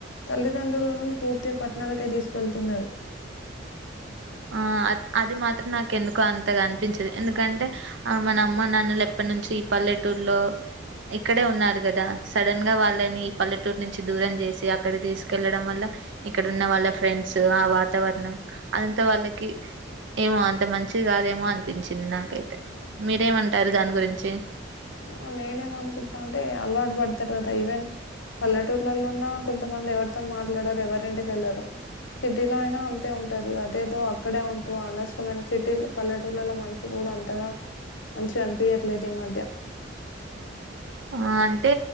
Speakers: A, on the left; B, on the right.
A: తల్లిదండ్రులను పూర్తిగ పట్టణాలక్ తీసుకెళ్తున్నారు
B: ఆ అది మాత్రం నాకు ఎందుకు అంతగా అనిపించదు ఎందుకంటే ఆ మన అమ్మ నాన్నలు ఎప్పటి నుంచి పల్లెటూర్లో ఇక్కడే ఉన్నారు కదా సడన్ గా వాళ్ళని ఈ పల్లెటూరు నుంచి దూరం చేసి అక్కడికి తీసుకెళ్లడం వల్ల ఇక్కడున్న వాళ్ళ ఫ్రెండ్స్ ఆ వాతావరణం అదంత వాళ్ళకి ఏమో అంత మంచి కాదేమో అనిపించింది నాకైతే మీరేమంటారు దాని గురించి
A: ఆ నేనేం అన్కుట్టా అంటే అలవాటు పడుతారు కదా ఇవెన్ పల్లెటూర్లలో ఉన్నా కొంతమంది ఎవరితో మాట్లాడరు ఎవరింటికేళ్లరు సిటీలో అయినా అంతే ఉంటారు అదేదో అక్కడే ఉంటూ అనవసరమైన సిటీ పల్లెటూళ్లో మనుషులు కూడా అంతగా మంచిగనిపించట్లేదు ఈ మధ్య
B: ఆ అంటే